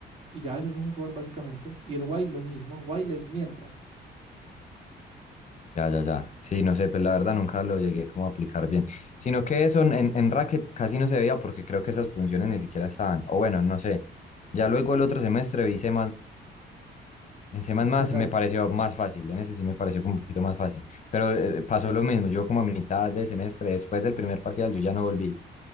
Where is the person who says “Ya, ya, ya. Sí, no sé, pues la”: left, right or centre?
Left